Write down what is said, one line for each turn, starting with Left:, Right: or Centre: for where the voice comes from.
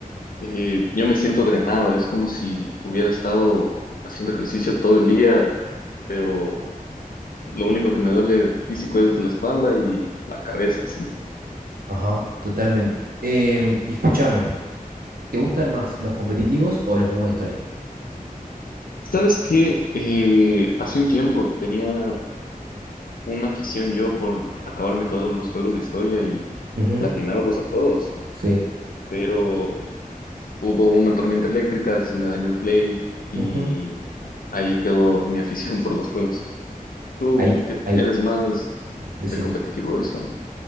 Left: eh, yo me siento drenado, es como si hubiera estado haciendo ejercicio todo el día, pero Lo único que me duele físico es la espalda y la cabeza, sí.
Right: Ajá, totalmente. Em, y escúchame, ¿te gustan más los competitivos o los modo historia?
Left: ¿Sabes qué? Eh, hace un tiempo tenía una afición yo por acabarme todos los juegos de historia y
Right: Ujú,
Left: platinarlos a todos,
Right: sí.
Left: pero hubo una tormenta eléctrica, se me dañó el Play y
Right: ujú.
Left: ahí quedó mi <laughs> afición por los juegos. ¿Tú
Right: Ahí,
Left: qué-
Right: ahí,
Left: eres más
Right: decime.
Left: de competitivo o de historia?